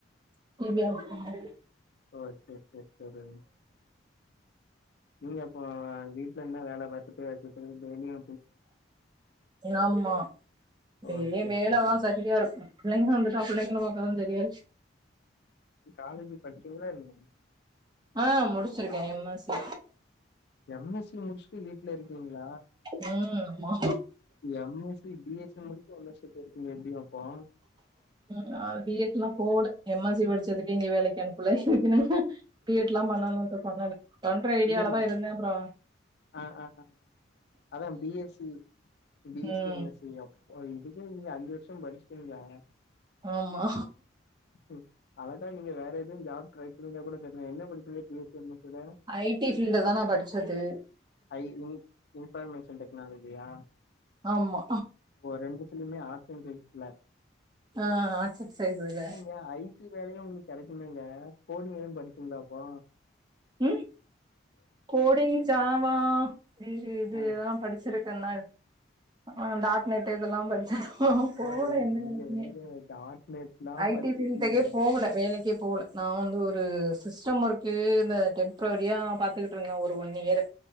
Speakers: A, on the right (about 20°); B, on the left (about 55°).
A: <unintelligible>
B: ஓகே செர் செரி. நீங்க அப்போ வீட்லருந்தே வேல பாத்தட்டு அதுத்து டெய்லியு
A: ஆமா
B: ஓ
A: டெயிலியு
B: சரி
A: மேல
B: சரி
A: வா
B: சரி
A: சரியா இருக் பிள்ளைங்க வந்துட்டா பிள்ளைங்களா பாக்கதா தெரியாருக்
B: காலேஜு படிச்சிங்களா இல்லையா
A: ஆ முடிச்சி இருக்கே M S C
B: M S C முடிச்சுட்டு வீட்ல இருக்கீங்களா
A: ம் ஆமா
B: M S C B S C முடிச்சு ஓன்னர்ஷிப் எடுத்தீங்ளே எப்டி அப்பா
A: நா பி எட் லா போல எம் எஸ் சி படிச்சதுக்கே இங்க வேலைக்கு அனுப்பல்ல இதுக்கு நா பி எட் லா பண்ணனுன்ட்டு பண்ணல பண்ற ஐடியாலா
B: இல்ல இல்ல
A: தா இருந்தே அப்றோ
B: ஆ ஆ ஆ அதா B S C B
A: ம்
B: C எம் எஸ் சி எப்பா இதுக்கே நீங்க அஞ்சு வருஷோ படிச்சுட்டிங்களா
A: ஆமா
B: ம் அழகா நீங்க வேற எது ஜாப் டிரை பண்ணீங்கனா கூட தெரியு என்ன படிச்சல B S C M S C ல
A: ஐ டி ஃபீல்டு தா நா படிச்சது
B: ஐ இன் இன்ஃபர்மேஷன் டெக்னாலஜியா
A: ஆம்மா
B: ஓ ரெண்டுத்துலயுமே ஆர்ட்ஸ் அண் சைன்ஸ்ல
A: ஆ ஹ ஆர்ட்ஸ் அண் சைன்ஸ்ங்க
B: ங்க ஐ டி வேலையு உங்குளுக்கு கெடைக்குமேங்க கோடிங் எதும் படிச்சீங்களா அப்போ
A: உம் கோடிங் ஜாவா இது இது
B: ஆ
A: இதெல்லா படிச்சி இருக்கேல்லாது ஆமா டார்க் நெட்டு இதெல்லா படிச்சே
B: அப்பா
A: போல
B: எங்க
A: எந்த வேலைக்குமே
B: ஏங்க டாட் நெட்லாம்
A: ஐ
B: படிச்சிருக்கீங்க
A: டி ஃபீல்டுக்கே போவல வேலைக்கே போவல நா வந்து ஒரு சிஸ்டம் ஒர்க்கு இந்த டெம்ப்ரவரியா பாத்துக்கிட் டு இருந்தே ஒரு ஒன் இயரு